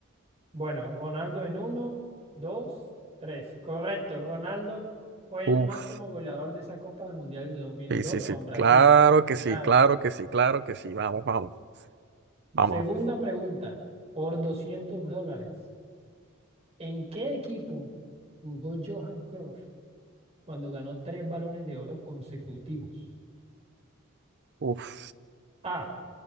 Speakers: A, on the right (about 30°); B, on the right (about 55°).
A: Bueno, Ronaldo en uno, dos, tres. Correcto, Ronaldo fue
B: Uf,
A: el máximo goleador de esa Copa del Mundial de dos mil
B: sí,
A: dos
B: sí, sí.
A: con Brasil
B: Claro
A: en su
B: que sí,
A: prime.
B: claro que sí, claro que sí. Vamos, vamos, vamos.
A: Segunda pregunta, por 200 dólares. ¿En qué equipo jugó Johan Cruyff cuando ganó tres balones de oro consecutivos?
B: Uf.
A: A.